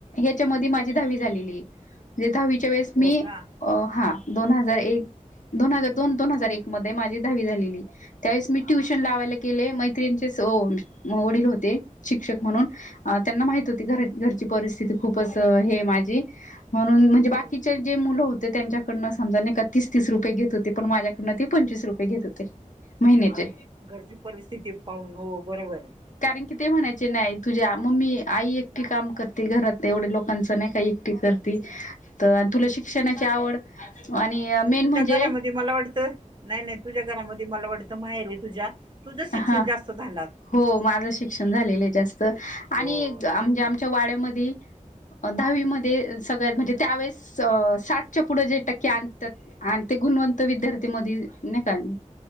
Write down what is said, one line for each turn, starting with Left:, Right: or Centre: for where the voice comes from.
Left: हच्या मदि
Right: हो
Left: माझी दहावी झालेली ये म्हणजे दहावीच्या वेळेस
Right: हो
Left: मी
Right: का
Left: अ हा दोन हजार एक दोन हजार दोन दोन हजार एक मध्ये माझी दहावी झालेलीये त्यावेळेस मी ट्युशन लावायला गले मैत्रिणीचेच वडील होते शिक्षक म्हणून अ त्यांना माहित होती घरची परिस्थिती खूपच हे माझी म्हणून म्हणजे
Right: हो
Left: बाकीचे जे मुल होते त्यांच्या डनं समजा न का तीस तीस रुपये घेत होते पण माझ्याकडनं ते पंचवीस रुपये घेत होते महिन्याचे.
Right: घरची परिस्थिती पाहून हो बरोबर ये
Left: कारण कि ते म्हणायचे नाही तुझ्या मम्मी आई एकटी काम करते घरात एवढ्या लोकांच नाही का एकटी करते तर
Right: हो
Left: तुला शिक्षणा चावळ आणि मेन
Right: तुझ्या
Left: म्हणजे
Right: घरामध्ये मला वाटत नायी नाइ तुझ्या घरामध्ये मला वाटत माहेर आहे तुझ्या तुझं शिक्षण
Left: हा
Right: जास्त झा
Left: हो माझ शिक्षण झालेल ये जास्त आणि
Right: हो
Left: म्हणजे
Right: तेच ना
Left: आमच्या वाड्यामधी दहावीमध्येध सगळ्यात म्हणजे त्यावेेळेस साठच्या पुढे जे टक्के आणत्यात आणि ते गुणवंत विद्यार्थी मधे नइ का